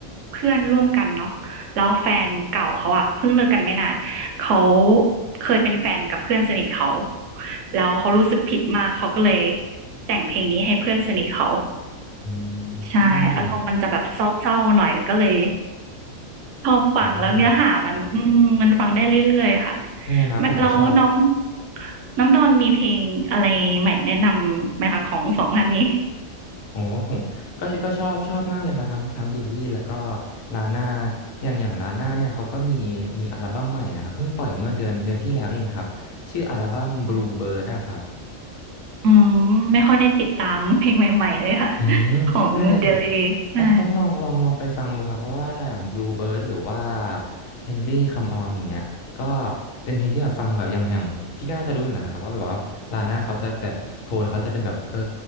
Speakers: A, on the right (about 70°); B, on the left (about 80°).
A: เพื่อนร่วมกันเนาะแล้วแฟนเก่าเขาอะเพิ่งเลิกกันไม่นานเขาเคยเป็นแฟนกับเพื่อนสนิทเขาแล้วเขารู้สึกผิดมากเขาก็เลยแต่งเพลงนี้ให้เพื่อนสนิทเขา
B: อืม
A: ใช่อารมณ์มันจะแบบเศร้าๆหน่อยก็เลย พอฟังแล้วเนื้อหามันอืมมันฟังได้เรื่อยๆค่ะ
B: อืมใช่ไหมครับผมก็ชอบ
A: แมแล้วน้องน้องดอนมีเพลงอะไรใหม่แนะนำไหมคะของสองท่านนี้
B: โอ้ผมก็ก็ชอบชอบมากเลยครับทั้งทั้งบิลลี่แล้วก็ลาน่าอย่างอย่างลาน่าเนี่ยเขาก็มีมีอัลบั้มใหม่นะครับเพิ่งปล่อยเมื่อเดือนเดือนที่แล้วเองครับชื่ออัลบั้ม
A: ออ
B: Blue Bird นะครับ
A: อืมไม่ค่อยได้ติดตามเพลงใหม่ๆเลยค่ะ
B: อืมถ้า
A: ของเดล y ใช่
B: ต้องต้องลองลองลองไปฟังดูครับเพราะว่าอย่าง Bluebird หรือว่า Henry Come On อย่างเงี้ยก็เป็นเพลงที่แบบฟังแบบอย่างอย่างพี่ก็น่าจะรู้อยู่แล้วนะครับ ว่าแบบว่าลาน่าเขาจะแบบโทนเขาจะเป็นแบบเออ